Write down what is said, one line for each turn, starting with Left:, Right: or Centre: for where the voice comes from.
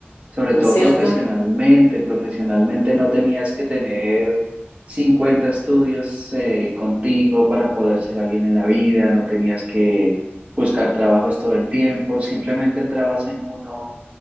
Right: sobre
Left: ¿no
Right: todo
Left: es cierto?
Right: profesionalmente. Profesionalmente no tenías que tener 50 estudios eh, contigo para poder ser alguien en la vida, no tenías que buscar trabajos todo el tiempo, simplemente entrabas en uno,